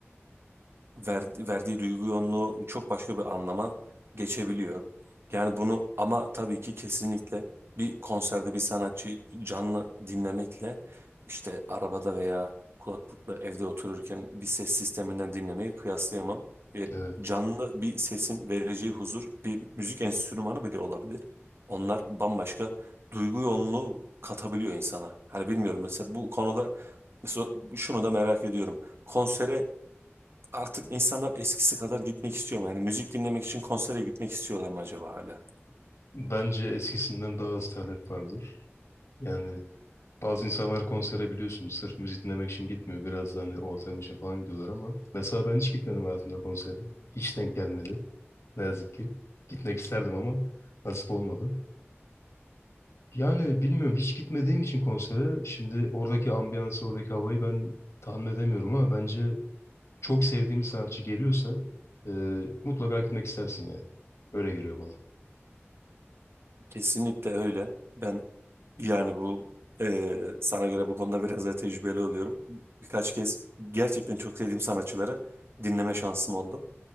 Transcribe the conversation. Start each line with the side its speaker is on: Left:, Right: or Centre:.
Right: ver- verdiği duygu yoğunluğu çok başka bir anlama geçebiliyor. Yani bunu ama tabii ki kesinlikle bir konserde bir sanatçıyı canlı dinlemekle işte arabada veya kulaklıkla evde otururken bir ses sisteminden dinlemeyi kıyaslayamam. E,
Left: Evet.
Right: canlı bir sesin vereceği huzur bir müzik enstrümanı bile olabilir. Onlar bambaşka duygu yoğunluğu katabiliyor insana. Hani bilmiyorum mesela bu konuda mesela şunu da merak ediyorum. Konsere Artık insanlar eskisi kadar gitmek istiyor mu? Yani müzik dinlemek için konsere gitmek istiyorlar mı acaba hala?
Left: Bence eskisinden daha az talep vardır. Yani bazı insanlar konsere biliyorsun sırf müzik dinlemek için gitmiyor. Biraz da hani ortam için falan gidiyorlar ama mesela ben hiç gitmedim hayatımda konsere. Hiç denk gelmedi. Ne yazık ki. Gitmek isterdim ama nasip olmadı. Yani bilmiyorum hiç gitmediğim için konsere şimdi oradaki ambiyansı, oradaki havayı ben tahmin edemiyorum ama bence çok sevdiğim bir sanatçı geliyorsa e, mutlaka gitmek istersin ya. Öyle geliyor bana.
Right: Kesinlikle öyle. Ben yani bu eee, sana göre bu konuda biraz daha tecrübeli oluyorum. Birkaç kez gerçekten çok sevdiğim sanatçıları dinleme
Left: Hı
Right: şansım oldu.